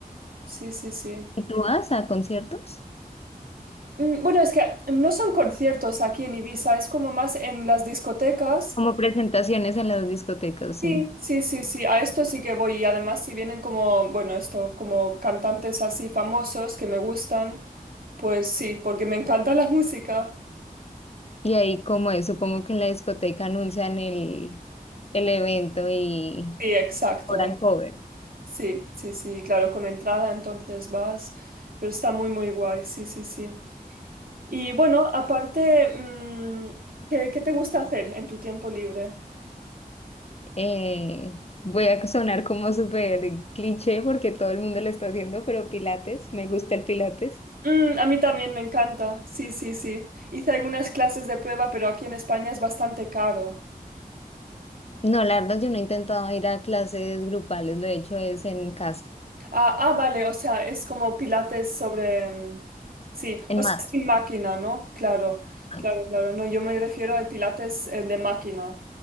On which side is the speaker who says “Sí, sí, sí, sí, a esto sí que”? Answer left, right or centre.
Right